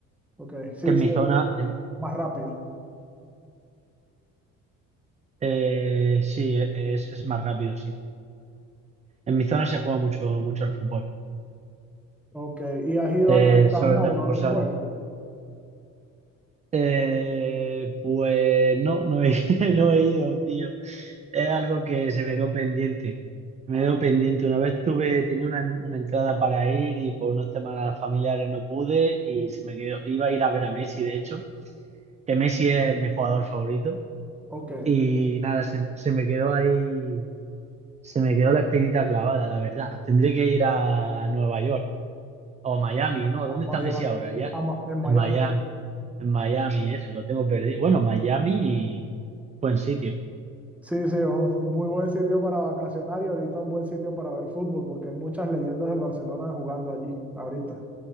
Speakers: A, in the centre; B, on the right.
A: ok, sí,
B: que en
A: sí,
B: mi
A: el-
B: zona, en-
A: más rápido.
B: eh, sí, es, es más rápido, sí. En mi zona se juega mucho, mucho al fútbol,
A: Ok, ¿y has ido
B: eh,
A: al, al Camp
B: sobre
A: Nou
B: todo al fútbol
A: a ver
B: sala.
A: el juego?
B: Eh, pues no, no he, <laughs> no he ido, tío. Es algo que se me quedó pendiente. Me
A: Ah,
B: quedó pendiente. Una vez tuve, tenía una, una entrada para ir y por unos temas familiares no pude y se me quedó. Iba a ir a ver a Messi, de hecho, que Messi es mi jugador favorito.
A: ok, a
B: Y nada, se, me- se me quedó ahí, se me quedó la espinita clavada, la verdad. Tendré que ir a Nueva York o Miami, ¿no? ¿Dónde está
A: Miami,
B: Messi ahora? Ya,
A: a Ma- en Miami.
B: en Miami. En Miami, eso, lo tengo perdido. Bueno, Miami y buen sitio.
A: Sí, sí, es un muy buen sitio para vacacionar y ahorita un buen sitio para ver fútbol, porque hay muchas leyendas del Barcelona jugando allí, ahorita.